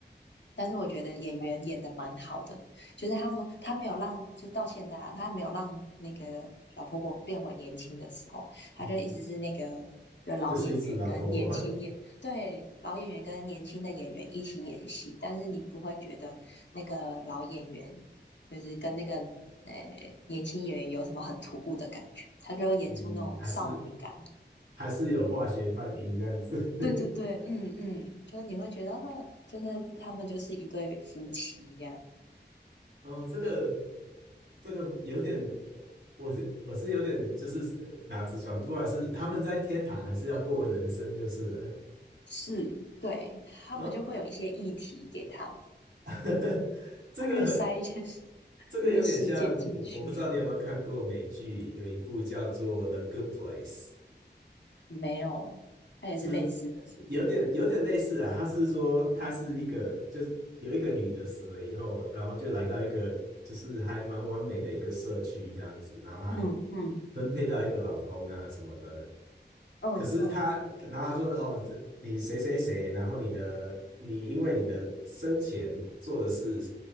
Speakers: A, on the left; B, on the right.
A: 但是我觉得演员演的蛮好的，就是他们他没有让，就到现在啊，他没有让那个老婆婆变回年轻的时候，他就一直是那个有老演员跟年轻演，
B: 嗯，就是一只老婆婆，
A: 对，老演员跟年轻的演员一起演戏，但是你不会觉得那个老演员就是跟那个呃年轻演员有什么很突兀的感觉，他就演出那种少女感。
B: <laughs> 嗯，还是还是有化学反应这样子。<laughs>
A: 对对对，嗯嗯，就是你会觉得，呃就是他们就是一对夫妻一样。
B: 哦，这个。这个有点，我是我是有点就是脑子转不过来，是他们在天堂还是要过人生，就是了
A: 是，对，他们就会有一些议题给他们，
B: 呃，<laughs> 这个
A: 他就会塞一些事
B: 这个有点像，
A: 一些事件进去。
B: 我不知道你有没有看过美剧，有一部叫做《The Good Place》，
A: 没有，他也是类似的，
B: 就是
A: 是不是
B: 有点有点类似啊，他是说他是一个就是有一个女的死了以后，然后就来到一个就是还蛮完美的一个社区这样子，然后还
A: 嗯嗯
B: 分配到一个老公啊什么的。
A: 嗯嗯
B: 可是他，然后他说哦，这你谁谁谁，然后你的你因为你的生前做的事，